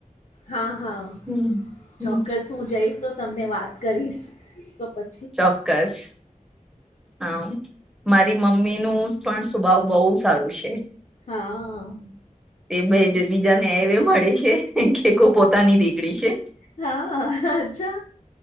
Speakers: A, on the left; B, in the centre.
A: હા હા,
B: હમ હમ
A: ચોક્કસ, હું જઈશ તો તમને વાત કરીશ, તો પ
B: ચોક્કસ. હા, મારી મમ્મી નું પણ સ્વભાવ બહુ સારું છે.
A: હા.
B: એ બે જે બીજા ને એવી મળી છે, કે કો પોતાની દીકડી છે.
A: હા, અચ્છા,